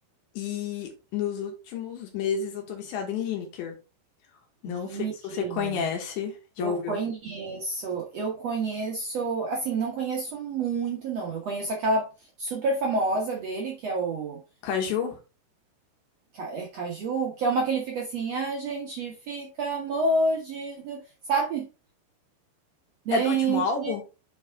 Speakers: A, on the left; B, on the right.
A: E nos últimos meses eu tô viciada em Lineker. Não
B: Lineker.
A: sei se você conhece, já
B: Eu
A: ouviu?
B: conheço, eu conheço, assim, não conheço muito não, eu conheço aquela super famosa dele que é o
A: Caju?
B: Ca é Caju, que é uma que ele fica assim: "A gente fica mordido", sabe? Dente
A: É do último álbum?